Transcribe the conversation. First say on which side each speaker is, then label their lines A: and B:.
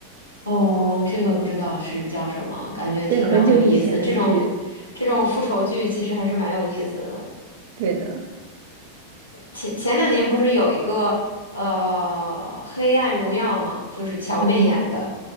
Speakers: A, on the left (about 80°); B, on the right (about 55°).
A: 哦，这个不知道是叫什么，感觉听着很有意思。
B: 对，很久以前的剧，
A: 这种这种复仇剧其实还是蛮有意思的。
B: 对的，
A: 前前两年不是有一个呃《黑暗荣耀》嘛，就是乔妹演的，
B: 嗯